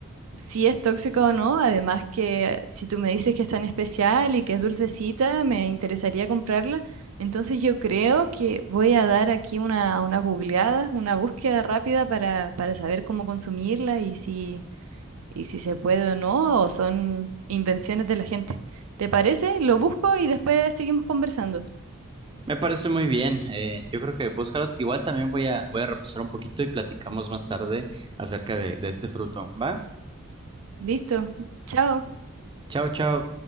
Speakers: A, on the right; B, on the right.
A: si es tóxico o no. Además que si tú me dices que es tan especial y que es dulcecita, me interesaría comprarla. Entonces yo creo que voy a dar aquí una, una googleada, una búsqueda rápida para, para saber cómo consumirla y si, y si se puede o no, o son invenciones de la gente. ¿Te parece? Lo busco y después seguimos conversando.
B: Me parece muy bien. eh, yo creo que búscalo. Igual también voy a, voy a repasar un poquito y platicamos más tarde acerca de, de este fruto. ¿Va?
A: Listo. Chao.
B: Chao, chao.